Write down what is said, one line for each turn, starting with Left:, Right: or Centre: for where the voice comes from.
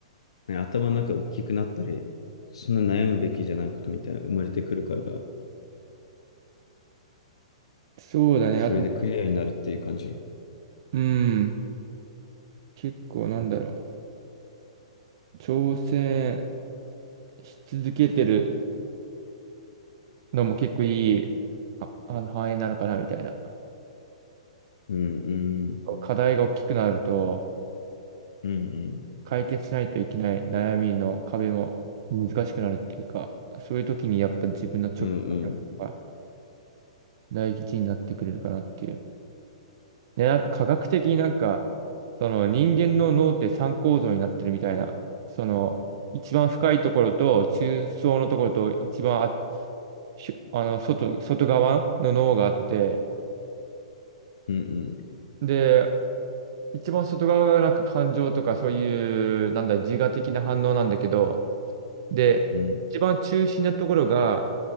Left: ね頭の中大きくなったり、そんな悩むべきじゃないことみたいな生まれてくるから、
Right: そうだね、
Left: それでクリアになるっていう感じ。
Right: あと、うん、結構なんだろう、挑戦し続けてるのも結構いい、あ、あの、範囲なのかなみたいな。
Left: うん、うん、
Right: 課題が大きくなると、
Left: うん、うん。
Right: 解決しないといけない悩みの壁も難しくなるっていうか、そういう時にやっぱ自分の直感が
Left: うんうん。
Right: 大事になってくれるかなっていう。ね、なんか科学的になんか、その人間の脳って三構造になってるみたいな、その一番深いところと中層のところと一番あ、しあの外、外側の脳があって、
Left: うん
Right: で、一番外側がなんか感情とかそういう、なんだ、自我的な反応なんだけど、で、
Left: うん。うん。
Right: 一番中心なところが、